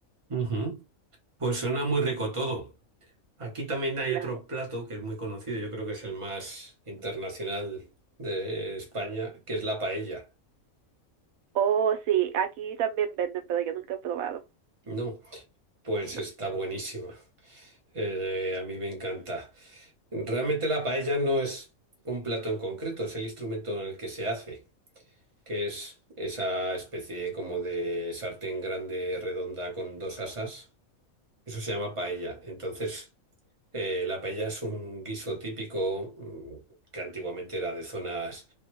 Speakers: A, on the right; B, on the right.
A: Ujú. Pues suena muy rico todo. Aquí también hay
B: Claro.
A: otro plato que es muy conocido, yo creo que es el más internacional de España, que es la paella.
B: Oh, sí, aquí también venden, pero yo nunca he probado.
A: No, pues
B: No.
A: está buenísima. Eh, a mí me encanta. Realmente la paella no es un plato en concreto, es el instrumento en el que se hace, que es esa especie como de sartén grande redonda con dos asas. Eso se llama paella. Entonces, eh, la paella es un guiso típico mm, que antiguamente era de zonas